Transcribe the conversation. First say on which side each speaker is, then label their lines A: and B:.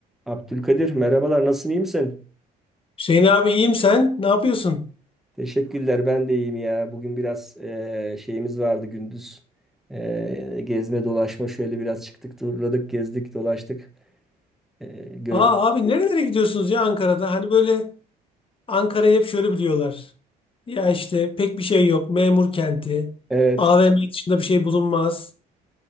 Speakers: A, in the centre; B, on the left.
A: Abdülkadir merhabalar nasılsın iyi misin?
B: Hüseyin abi iyiyim sen? Ne yapıyorsun?
A: Teşekkürler ben de iyiyim ya. Bugün biraz eee, şeyimiz vardı gündüz. Eee, gezme dolaşma şöyle biraz çıktık turladık gezdik dolaştık. Eee gör
B: Aa abi nerelere gidiyorsunuz ya Ankara'da? Hani böyle Ankara'yı hep şöyle biliyorlar. Ya işte pek bir şey yok. Memur kenti.
A: evet.
B: AVM dışında bir şey bulunmaz.